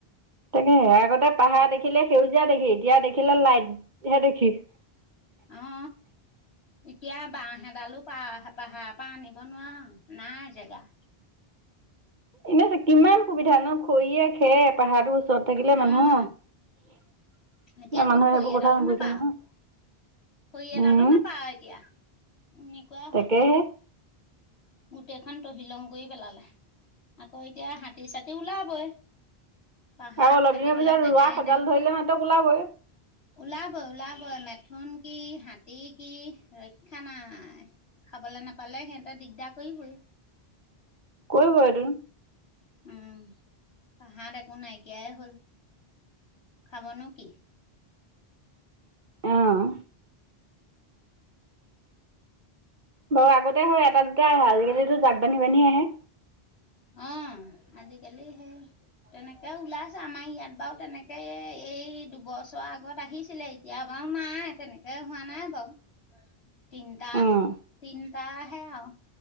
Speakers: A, on the right (about 50°); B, on the left (about 85°).
A: তাকেহে আগতে পাহাৰ দেখিলে সেউজীয়া দেখি, এতিয়া দেখিলে লাইটহে দেখি। <unintelligible>
B: অ এতিয়া বাঁহ এডালো পাহা পাহাৰৰ পা আনিব নোৱাৰ নাই জেগা।
A: এনে কিমান সুবিধা ন' খৰিয়ে খেৰে পাহাৰটোৰ ওচৰত থাকিলে মানুহ
B: উম
A: এতিয়া
B: এতিয়াতো
A: মানুহে
B: খৰি
A: সেইবোৰ
B: এডালো
A: কথা নুবুজে
B: নাপাও
A: নহয়।
B: খৰি এডালো
A: উম,
B: নাপাৱ এতিয়া এনেকুৱা
A: তাকেহে।
B: হ'ল। গোটেইখন তহিলং কৰি পেলালে আকৌ এতিয়া হাতী-চাতি ওলাবই। পাহাৰত
A: আৰু অলপ
B: থাকিবলে
A: দিনৰ পিছত
B: জেগাই
A: ৰোৱা সজাল
B: নাই।
A: ধৰিলে মাত্ৰক ওলাবই
B: ওলাবই ওলাবই মেথোন কি হাতী কি ৰক্ষা নাই। খাবলে নাপালে সিহঁতে দিগদাৰ কৰিবই।
A: কৰিবই তোন
B: উম পাহাৰত একো নাইকিয়াই হ'ল খাব নো কি।
A: অ'। বাৰু আগতে হেই এটা দুটাই আহে আজিকালিতো জাক বান্ধি বান্ধি আহে।
B: অ আজিকালি সেই তেনেকে ওলাইছে আমাৰ ইয়াত বাৰু তেনেকে এই দুবছৰৰ আগত আহিছিলে। এতিয়া বাৰু নাই তেনেকে হোৱা নাই বাউ তিনিটা
A: উম,
B: তিনিটা হে আউ